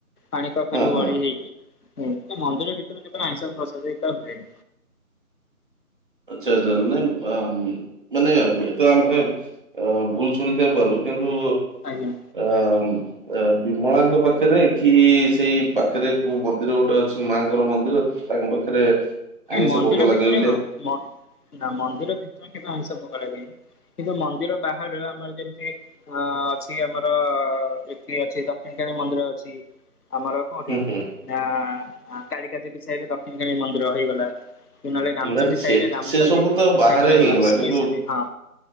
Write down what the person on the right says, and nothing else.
ହଁ ହଁ
ଆଚଛା ଆଛା ନାଇଁ ମାନେ ହୁଏ ତ ଆମେ ଅ ଭୁଲ ଶୁଣିଥାଇ ପାରୁ କିନ୍ତୁ
ଆ ବିମଳାଙ୍କ ପାଖରେ କି ସେଇ ପାଖରେ କୋଉ ମନ୍ଦିର ଗୋଟେ ଅଛି ମାଙ୍କର ମନ୍ଦିର ତାଙ୍କ ପାଖରେ ଆଇଁଷ
ଭୋଗ ଲାଗେ
ବୋଲି
ହୁଁ ହୁଁ
ନା ନା, ସେ
ସେ ସବୁ ତ ବାହାରେ
ହେଇଗଲା
କିନ୍ତୁ